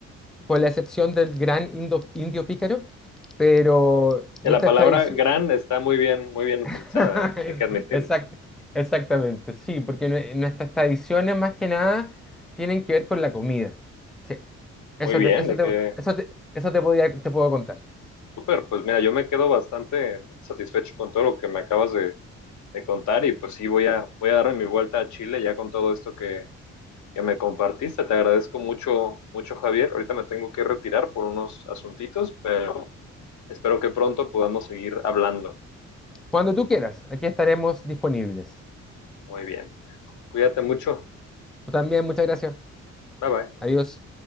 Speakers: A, in the centre; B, on the left (about 70°).
A: con la excepción del gran indo- indio pícaro, pero nuestras
B: eh, la palabra
A: tradiciones...
B: gran está muy bien, muy bien utilizada,
A: <laughs>
B: ¿eh?
A: Es-
B: Hay que admitirlo.
A: Exact, exactamente, sí, porque nue- nuestras tradiciones más que nada tienen que ver con la comida. Sí, eso
B: Muy bien,
A: te, eso
B: de
A: te,
B: que.
A: eso te, eso te podía- te puedo contar.
B: Súper. Pues mira, yo me quedo bastante satisfecho con todo lo que me acabas de, de contar y pues sí voy a voy a darme mi vuelta a Chile ya con todo esto que que me compartiste. Te agradezco mucho, mucho, Javier. Ahorita me tengo que retirar por unos asuntitos, pero espero que pronto podamos seguir hablando.
A: Cuando tú quieras, aquí estaremos disponibles.
B: Muy bien. Cuídate mucho.
A: Tú también, muchas gracias.
B: Bye bye.
A: Adiós.